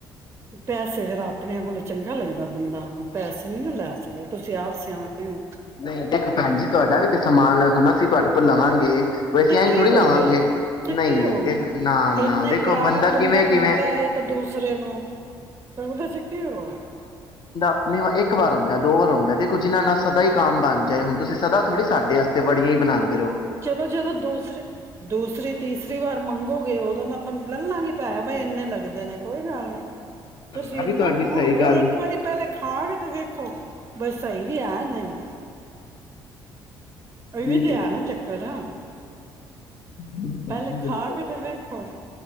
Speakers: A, on the right; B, on the left.
A: ਪੈਸੇ ਫਿਰ ਆਪਣੇਆਂ ਕੋਲੋਂ ਚੰਗਾ ਲੱਗਦਾ ਬੰਦਾ, ਪੈਸੇ ਨੀ ਨਾ ਲੈ ਸਕਦੇ। ਤੁਸੀਂ ਆਪ ਸਿਆਣੇ ਓ।
B: ਨਹੀਂ ਦੇਖੋ ਭੈਣ ਜੀ, ਤੁਹਾਡਾ ਵੀ ਤੇ ਸਮਾਨ ਹੁਣ ਅਸੀਂ ਤੁਆਡੇ ਕੋਲੋ ਲਵਾਂਗੇ। ਵੈਸੇ
A: ਤੇਿੱ
B: ਐਂ
A: ਕੀ
B: ਥੋੜ੍ਹੀ
A: ਹੋ
B: ਲਵਾਂਗੇ
A: ਗਿਆ ਚਿੱਕੀ
B: ਨਹੀਂ ਨਹੀਂ
A: ਹੋ
B: ਦੇਖੋ
A: ਗਿਆ
B: ਨਾ ਨਾ
A: ਇੰਨੇ
B: ਦੇਖੋ
A: ਪਿਆਰ ਬੰਦਾ
B: ਕਿਵੇਂ
A: ਕਰਦਾ
B: ਕਿਵੇਂ
A: ਹੈ ਇੱਕ ਦੂਸਰੇ ਨੂੰ ਤੇ ਉਹਦੇ ਚ ਕੀ ਹੋ ਗਿਆ।
B: ਨਹੀਂ ਓ ਇੱਕ ਵਾਰ ਹੁੰਦੈ, ਦੋ ਵਾਰ ਹੁੰਦੈ ਦੇਖੋ ਜਿਹਨ੍ਹਾਂ ਨਾਲ ਸਦਾ ਈ ਕਮ ਬਣ ਜਾਏ ਹੁਣ ਤੁਸੀਂ ਸਦਾ ਥੋੜੀ ਸਾਡੇ ਆਸਤੇ ਵਡ ੜੀਆਂ ਬਣਾਉਦੇ
A: ਚਲੋ ਜਦੋਂ ਦੂਸਰੀ ਦੂਸਰੀ ਤੀਸਰੀ ਵਾਰ ਮੰਗੋਗੇ ਉਦੋਂ ਮੈਂ ਲੱਲਾਂਗੇ ਪੈ ਬ ਇੰਨੇ ਲੱਗਦੇ ਨੇ ਕੋਈ ਗੱਲ ਨਹੀਂ
B: ਕਰਨਾ
A: ਤੁਸੀਂ ਇਹਨਾ
B: ਵੀ ਤੁਹਾਡੀ
A: ਨਾ ਨਾ
B: ਸਹੀ
A: ਓ ਕਰੋ,
B: ਗੱਲ
A: ਇੱਕ ਵਾਰੀ ਪਹਿਲੇ ਖਾਹ ਕੇ ਤੇ ਵੇਖੋ। ਬਸ ਸਹੀ ਵੀ ਹੈ, ਨਹੀਂ।
B: ਠੀਕ
A: ਵੇਂ ਤੇ
B: ਹੈ
A: ਆ ਨਾ ਚੱਕਰ
B: ਬਿਲਕੁਲ
A: ਪਹਿਲੇ
B: ਜੀ
A: ਖਾ
B: ਬਿਲਕੁਲ,
A: ਕੇ ਤੇ ਵੇਖੋ